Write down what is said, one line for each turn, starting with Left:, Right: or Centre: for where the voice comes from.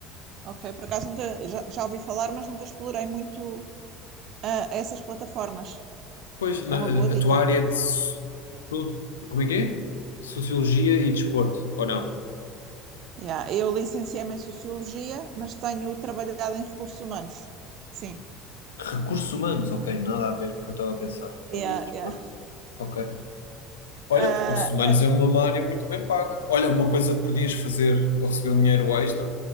Right: ok. Por acaso nunca, já, já ouvi falar, mas nunca explorei muito ah, essas plataformas.
Left: Pois, na-
Right: É uma boa dica.
Left: a tua área é de. so- Como é que é? Sociologia e desporto, ou não?
Right: Yeah. Eu licenciei-me em Sociologia, mas tenho trabalhado em recursos humanos. Sim.
Left: Recursos humanos, ok, nada a ver com o que eu estava a pensar quando
Right: Yeah,
Left: disse desporto.
Right: yeah.
Left: Ok. Olha,
Right: Ah,
Left: recursos humanos
Right: mas
Left: é uma uma área muito bem paga. Olha, uma coisa que podias fazer para receber um dinheiro extra,